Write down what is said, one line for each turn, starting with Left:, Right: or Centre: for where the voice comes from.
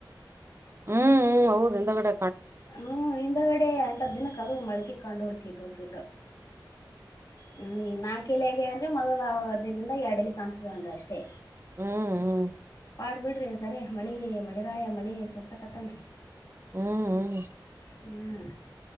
Right: ಹ್ಮ್ ಹ್ಮ ಹೌದು ಎಂದ ಕಡೆ
Left: ಹ್ಮ್ ಹಿಂದಗಡೆ ಅಂಟದ್ ದಿನಕ್ಕೆದು ಮಳಿಕ ಕಾೊಂಡುೋ ಕಿಟು ಹ ಕಿಟ ಹ್ಮ್ ಈ ನಾಕಲ ಅಂದ್ರೆ ಮೊದಲ ಆ ಅದದಿಂದ ಎರಡಲ್ಲಿ ಕಾಣ್ತದವ ಅಂದ್ರೆ ಅಷ್ಟೇ
Right: ಹ್ಮ್ ಹ್ಮ್
Left: ಪಾಡ್ಬ ಬಿಡ್ರರಿ ಸರಿ ಮಳೆ ಮಳೆ ರಾಯ ಮಳಿ ಸೋರ್ಸಕತ್ತೇನ್ೀ
Right: ಹ್ಮ್ ಹ್ಮ್
Left: ಹ್ಮ್